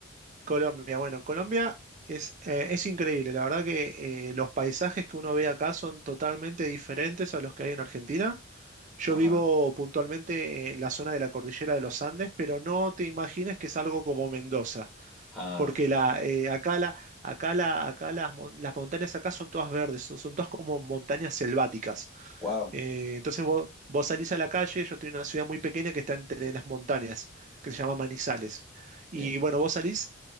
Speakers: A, on the right (about 35°); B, in the centre.
A: Colombia, bueno, Colombia es, eh, es increíble, la verdad que eh, los paisajes que uno ve acá son totalmente diferentes a los que hay en Argentina. Yo
B: Ajá.
A: vivo puntualmente en la zona de la cordillera de los Andes, pero no te imagines que es algo como Mendoza,
B: Ah,
A: porque la, eh, acá, la, acá, la, acá las, mon- las montañas acá son todas verdes, son, son todas como montañas selváticas.
B: wow.
A: Eh, entonces vos, vos salís a la calle, yo estoy en una ciudad muy pequeña que está entre las montañas, que se llama Manizales. Y
B: Sí,
A: bueno, vos salís